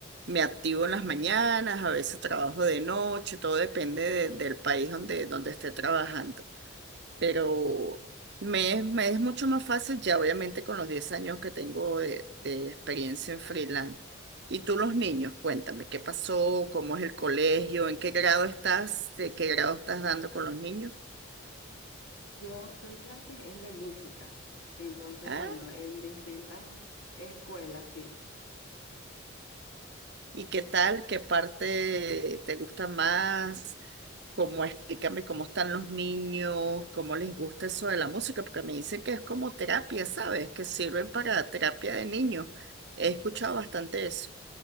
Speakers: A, on the right; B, on the left.
A: me activo en las mañanas, a veces trabajo de noche, todo depende de- del país donde, donde esté trabajando. Pero me es, me es mucho más fácil ya, obviamente, con los 10 años que tengo de, de experiencia en freelance. Y tú los niños, cuéntame, ¿qué pasó? ¿Cómo es el colegio? ¿En qué grado estás? ¿De qué grado estás dando con los niños?
B: Yo doy clases es de música. Entonces,
A: Ah,
B: bueno, en distintas escuelas, sí.
A: ¿Y qué tal? ¿Qué parte te gusta más? ¿Cómo explícame cómo están los niños? ¿Cómo les gusta eso de la música? Porque me dicen que es como terapia, ¿sabes? Que sirven para terapia de niños. He escuchado bastante eso.